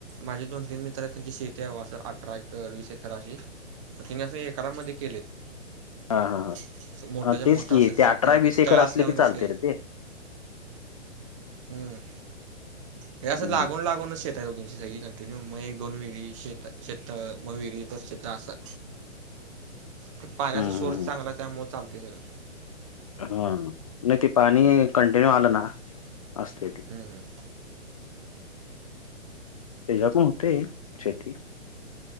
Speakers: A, on the right (about 25°); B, on the left (about 30°).
A: माझे दोन तीन मित्र आहेत. त्यांची शेती आहे. असं, अठरा एकर, वीस एकर अशी. मग तिने असं, एकरामध्ये केलेत.
B: हां, हां, हां.
A: असं, मोठच्या
B: अ, तेच
A: मोठा
B: की
A: असे
B: ते
A: शेततळ केलय.
B: एकर
A: तळ
B: असले
A: असल्यावनीच
B: की चालते
A: केलंय.
B: रे ते.
A: हम्म. हे असं
B: हं,
A: लागून -लागूनच शेत दो तनची सगळी कंटीन्यू. मग एक- दोन विहिरी. शेतं. शेत मग विहिरी. परत शेत असाय.
B: <inaudible>
A: त पाण्याचा सोर्स
B: हं,
A: चांगलाय, त्यामुळं चालतय, सगळं.
B: हा. नाही ते पाणी, कंटिन्यू आलं ना. असते.
A: हम् हम
B: त्याच्या पण होते शेती.